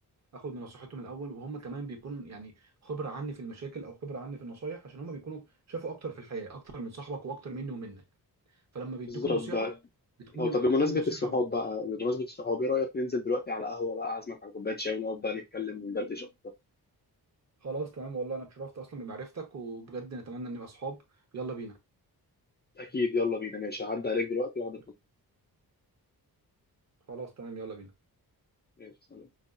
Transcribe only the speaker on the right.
اخد من نصيحتهم الاول وهم كمان بيكون يعني خبره عني في المشاكل او خبره عني في النصايح عشان هم بيكونوا شافوا اكتر في الحياه اكتر من صاحبك واكتر مني ومنك فلما بيدوك
النصيحه
بتكون
بتكون النصيحة
خلاص تمام والله انا اتشرفت اصلا بمعرفتك وبجد نتمنى ان نبقى صحاب يلا بينا
يلا. خلاص تمام يلا بينا